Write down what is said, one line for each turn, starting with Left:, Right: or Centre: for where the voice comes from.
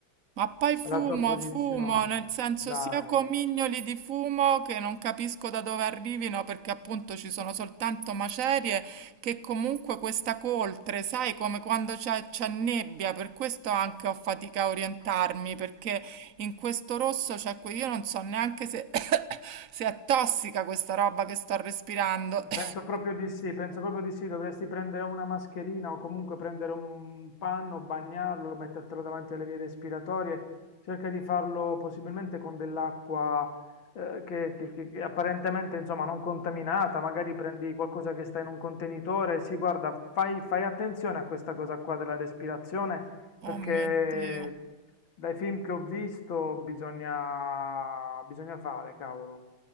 Right: Ma poi fumo,
Left: alla tua posizione.
Right: fumo, nel senso
Left: Dai.
Right: sia comignoli di fumo che non capisco da dove arrivino perché appunto ci sono soltanto macerie che comunque questa coltre, sai, come quando c'è c'è nebbia, per questo anche ho fatica a orientarmi perché in questo rosso c'è que- io non so neanche se, <coughs> se è tossica questa roba che sto respirando. <coughs>
Left: Penso proprio di sì, penso proprio di sì, dovresti prendere una mascherina o comunque prendere un panno, bagnarlo, mettertelo davanti alle vie respiratorie, cerca di farlo possibilmente con dell'acqua eh, che, che- che- che apparentemente insomma non contaminata, magari prendi qualcosa che sta in un contenitore, sì, guarda, fai, fai attenzione a questa cosa qua della respirazione
Right: Oh
Left: perché
Right: mio Dio.
Left: dai film che ho visto bisogna, bisogna fare, cavolo.